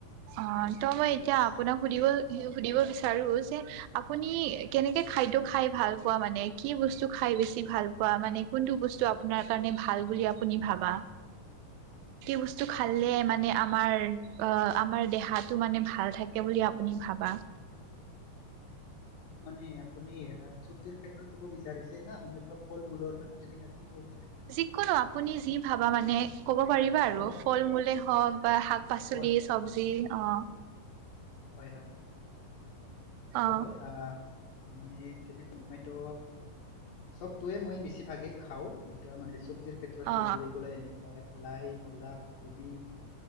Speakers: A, on the right (about 85°); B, on the left (about 80°).
A: অ' ত' মই
B: ঠিক
A: এতিয়া
B: আছে
A: আপোনাক সুধিব সুধিব বিচাৰো যে আপুনি কেনেকে খাদ্য খাই ভাল পোৱা মানে? কি বস্তু খাই বেছি ভাল পোৱা মানে কোনটো বস্তু আপোনাৰ কাৰণে ভাল বুলি আপুনি ভাবা? কি বস্তু খালে মানে আমাৰ আ আমাৰ দেহাটো মানে ভাল থাকে বুলি আপুনি ভাবা?
B: মানে আপুনি আ চব্জিৰ ক্ষেত্ৰত ক'ব বিচাৰিছে না, অন্য কিবা ফল-মূলৰ না, কেনেকা কি ক'ব বিচাৰিছে? আপুনি
A: যিকোনো আপুনি যি ভাবা মানে ক'ব পাৰিবা আৰু
B: অ আচ্ছা,
A: ফল-মূলে হওঁক বা শাক-পাচলি
B: অ আচ্ছা,
A: চব্জি অ।
B: হয়-হয়-হয়।
A: অ
B: ত' হয় আহ মানে তেনেকৈ মইতো চবতোৱে মই বেছিভাগে খাওঁ এতিয়া মানে চব্জিৰ ক্ষে ত্ৰত
A: অ
B: ক'বলৈ গ'লে এনেকুৱা লাই, মূলা, কবি,